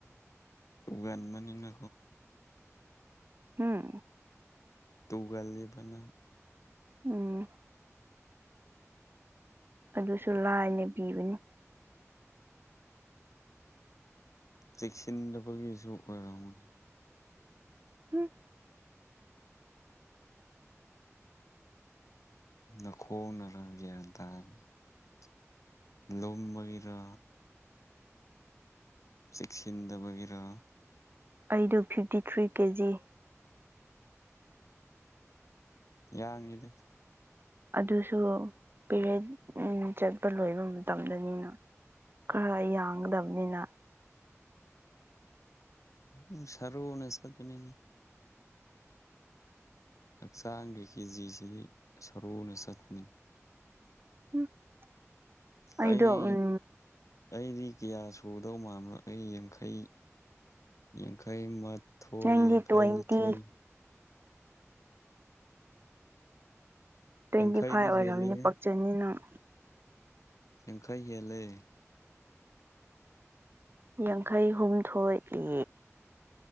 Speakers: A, on the left (about 80°); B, on the right (about 45°).
A: ꯇꯨꯒꯟꯕꯅꯤꯅ
B: ꯍꯨꯝ
A: ꯇꯨꯒꯜꯂꯤꯕ ꯅꯪ
B: ꯎꯝ ꯑꯗꯨꯁꯨ ꯂꯥꯏꯅ ꯄꯤꯕꯅꯤ
A: ꯆꯦꯛꯁꯤꯟꯗꯕꯒꯤꯁꯨ ꯑꯣꯏꯔꯝꯅꯤ
B: ꯍꯝ
A: ꯅꯈꯣꯡ ꯅꯔ ꯒ꯭ꯌꯥꯟ ꯇꯥ <unintelligible> ꯂꯨꯝꯕꯒꯤꯔꯥ ꯆꯦꯛꯁꯤꯟꯗꯕꯒꯤꯔꯥ
B: ꯑꯩꯗꯨ ꯐꯤꯞꯇꯤ ꯊ꯭ꯔꯤ ꯀꯦ ꯖꯤ
A: ꯌꯥꯡꯉꯤꯗ
B: ꯑꯗꯨꯁꯨ ꯄꯦꯔꯦꯠ ꯎꯝ ꯆꯠꯄ ꯂꯣꯏꯕ ꯃꯇꯝꯗꯅꯤꯅ ꯈꯔ ꯌꯥꯡꯒꯗꯕꯅꯤꯅ
A: ꯎꯝ ꯁꯔꯨꯅꯦ ꯁꯠꯄꯅꯤꯅꯦ ꯍꯛꯆꯥꯡꯒꯤ ꯀꯦꯖꯤꯁꯤꯗꯤ ꯁꯔꯨꯅ ꯆꯠꯄꯅꯤ
B: <unintelligible> ꯑꯩꯗꯣ
A: ꯑꯩ
B: ꯎꯝ
A: ꯑꯩꯗꯤ ꯀꯤꯌꯥ ꯁꯨꯗꯧ ꯃꯥꯟꯕꯔ ꯑꯩ ꯌꯥꯡꯈꯩ ꯌꯥꯡꯈꯩ ꯃꯥꯊꯣꯏ
B: ꯅꯪꯗꯤ
A: ꯌꯥꯡꯈꯩ
B: ꯇ꯭ꯋꯦꯟꯇꯤ
A: ꯅꯤꯊꯣꯏ
B: ꯇ꯭ꯋꯦꯟꯇꯤ
A: ꯌꯥꯡꯈꯩꯗꯤ
B: ꯐꯥꯏꯚ
A: ꯍꯦꯜꯂꯦꯍꯦ
B: ꯑꯣꯏꯔꯝꯅꯤ ꯄꯛꯆꯅꯤ ꯅꯪ
A: ꯌꯥꯡꯈꯩ ꯍꯦꯜꯂꯦ
B: ꯌꯥꯡꯈꯩ ꯍꯨꯝꯊꯣꯏ ꯏ